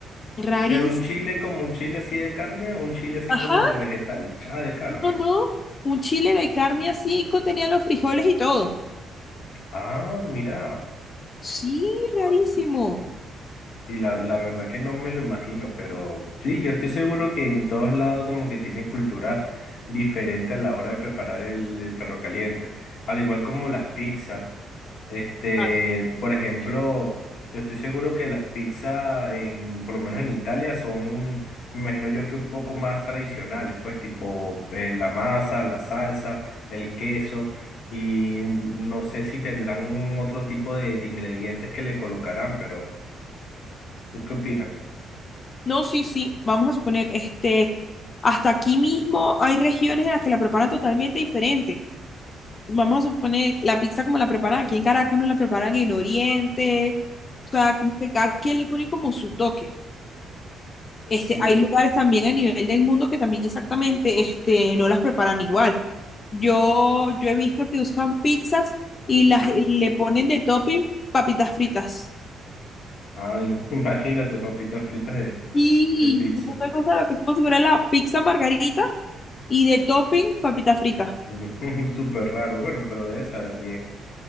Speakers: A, on the left; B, on the left.
A: rarísimo.
B: Pero un chile como un chile así de carne o un chile así
A: Ajá,
B: como de vegetal. Ah, de carne.
A: no, no, no. un chile de carne así, contenía los frijoles y todo.
B: Ah, mira.
A: Sí, rarísimo.
B: Sí, la, la verdad que no me lo imagino, pero sí, yo estoy seguro que en todos lados como que tienen cultura diferente a la hora de preparar el, el perro caliente, al igual como las pizzas. Este,
A: Ah,
B: por ejemplo, yo estoy seguro que las pizzas en, por lo menos en Italia son, me imagino yo que un poco más tradicionales, pues tipo eh, la masa, la salsa, el queso y no sé si tendrán otro tipo de de ingredientes que le colocarán, pero... ¿Tú qué opinas?
A: No, sí, sí. Vamos a suponer, este, hasta aquí mismo hay regiones en las que la preparan totalmente diferente. Vamos a suponer, la pizza como la preparan aquí en Caracas, no la preparan en Oriente. O sea, como que cada quien le pone como su toque. Este,
B: Sí.
A: hay lugares también a nivel del mundo que también exactamente, este, no las preparan igual. Yo, yo he visto que usan pizzas y las y le ponen de topping papitas fritas.
B: Ay, <laughs> imagínate papitas fritas de,
A: Sí,
B: de pizza.
A: y una cosa lo que es como si fuera la pizza margarita y de topping papita frita.
B: <laughs> Súper raro. Bueno, pero debe saber bien.